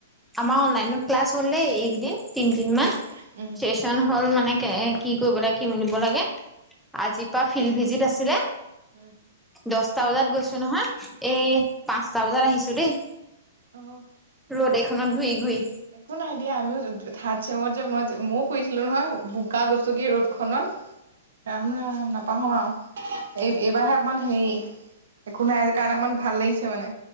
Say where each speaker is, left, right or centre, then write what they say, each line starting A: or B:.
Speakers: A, in the centre; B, on the right.
A: আমাৰ অনলাইন ক্লাছ হলে দেই এইকেইদিন। তিন তিন মাহ
B: উম উম
A: চেচন হ'ল মানে কি কৰিব লাগে কি মিলিব লাগে। আজিৰ পৰা ফিল্ড ভিজিত আছিলে।
B: উম
A: দছটা বজাত গৈছো নহয়
B: উম
A: এই পাঁচটা বজাত আহিছো দেই।
B: অহ।
A: ৰ'দ এইখনত
B: একো নাই
A: ঘূৰি ঘূৰি
B: একো নাই দিয়া আমিও থাত চেমত যে মই ময়ও কৈছো। আছিলো নহয় বোকা গচকি ৰদখনত। ৰাম ৰাম নাপাহো আৰু এই এইবাৰে অকমান হেৰি। একো নাই কাৰ ইমান ভাল লাগিছে মানে।